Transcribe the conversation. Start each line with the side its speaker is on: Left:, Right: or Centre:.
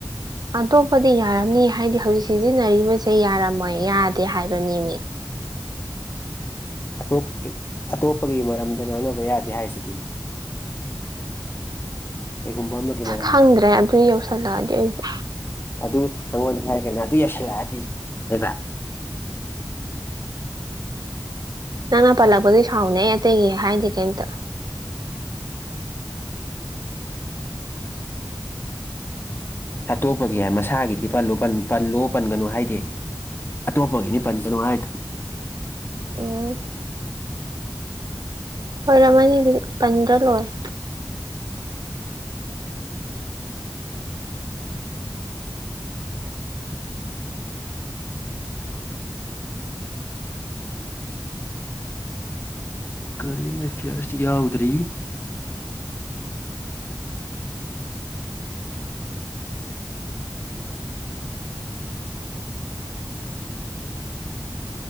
Right: ꯑꯇꯣꯞꯄꯗꯤ ꯌꯥꯔꯝꯅꯤ ꯍꯥꯏꯗꯤ ꯍꯧꯖꯤꯛ ꯁꯤꯖꯤꯟꯅꯔꯤꯕꯁꯦ ꯌꯥꯔꯝꯃꯣꯏ ꯌꯥꯗꯦ ꯍꯥꯏꯕꯅꯦꯃꯤ
Left: ꯑꯇꯣꯞ ꯑꯇꯣꯞꯄꯒꯤ ꯃꯔꯝꯗ ꯉꯥꯡꯅꯕ ꯌꯥꯗꯦ ꯍꯥꯏꯁꯤꯗꯤ <inaudible> ꯑꯃꯒꯤ ꯃꯔꯝꯗ
Right: ꯈꯪꯗ꯭ꯔꯦ ꯑꯗꯨ ꯌꯧꯁꯜꯂꯛꯑꯗꯤ ꯑꯩꯁꯨ
Left: ꯑꯗꯨ ꯅꯪꯉꯣꯟꯗ ꯍꯥꯏꯔꯒꯅ ꯑꯗꯨ ꯌꯧꯁꯤꯜꯂꯛꯑꯗꯤ ꯍꯥꯏꯕ
Right: ꯅꯪꯅ ꯄꯜꯂꯛꯄꯗꯨꯏ ꯁꯥꯎꯕꯅꯦ ꯑꯩ ꯑꯇꯩꯒꯤ ꯍꯥꯏꯗꯦ ꯀꯩꯃꯇ
Left: ꯑꯇꯣꯞꯄꯒꯤ ꯃꯁꯥꯒꯤꯗꯤ ꯄꯜ ꯄꯜꯂꯣ ꯄꯟꯒꯅꯨ ꯍꯥꯏꯗꯦ ꯑꯇꯣꯞꯄꯒꯤꯅꯤ ꯄꯟꯒꯅꯨ ꯍꯥꯏꯗꯣ
Right: ꯑꯣ ꯑꯣꯏꯔꯝꯃꯅꯤ ꯑꯗꯨꯗꯤ ꯄꯟꯗ꯭ꯔ ꯂꯣꯏꯔꯦ
Left: ꯀꯔꯦꯟ ꯑꯦꯐꯤꯌꯔꯁ ꯌꯥꯎꯗ꯭ꯔꯤ